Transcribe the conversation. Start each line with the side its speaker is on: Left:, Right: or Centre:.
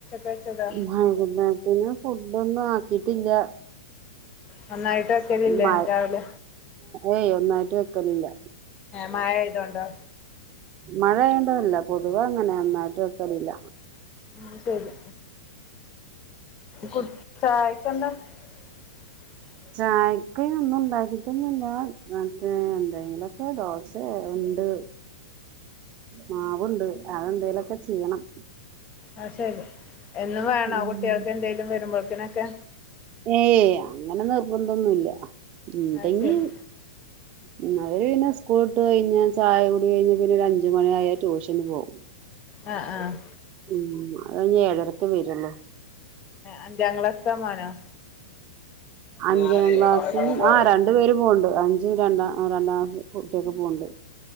Left: കച്ചോയ്ക്ക്
Right: ഭയ പിെ ഫുഡ ഒന്നും ആക്കിട്ടില്ല
Left: നന്നായിട്ട ലല്ലേ
Right: മഴ
Left: രാവില
Right: ഏയ് ഒന്നായിട്ട് വെക്കലില്ല
Left: മഴ ആയതോണ്ടോ
Right: മഴയേണ്ടതല്ല പൊതുവ അങ്ങനെ നന്നായിട്ട് വെക്കലില്ല
Left: ഉ ശരി കു ചായക്കെന്താ <inaudible>
Right: ചായക്ക് ഒന്നും ഉണ്ടാക്കിട്ടൊന്നുല്ല മറ്റേ എന്തെങ്കിലക്കെ ദോശ ഉണ്ട്. മാവുണ്ട് അതെന്തേലൊക്കെ ചെയ്യണം.
Left: ആ ശരി എന്നും വേണോ
Right: ഉം
Left: കുട്ടികൾക്ക് എന്തെലും വരുമ്പോഴക്കിനൊക്കെ?
Right: ഏയ് അങ്ങനെ നിർബന്ധം ഒന്നുല്ല ഇണ്ടെങ്കി
Left: അത് ശരി
Right: ഉം അവര് പിന്നെ സ്കൂള് വിട്ട് കഴിഞ്ഞാ ചായ കൂടി കഴിഞ്ഞാ പിന്നെ ഒരു അഞ്ചുമണിആയാ ട്യൂഷന് പോവു
Left: ആഹ് ആഹ്
Right: ഉം അത് ഇനി ഏഴരക്കേ വരുള്ളും.
Left: അഞ്ചാം ക്ലാസ്തേ മോനോ
Right: അഞ്ചാം
Left: ഞാനേ
Right: ക്ലാസും
Left: അവിടെ കടന്നോ
Right: ആ രണ്ടു പേരും പോണ്ട് അ ജും രണ്ട രണ്ടാ ക്ലാസ്. കുട്ടിയൊക്കെ പോണ്ട്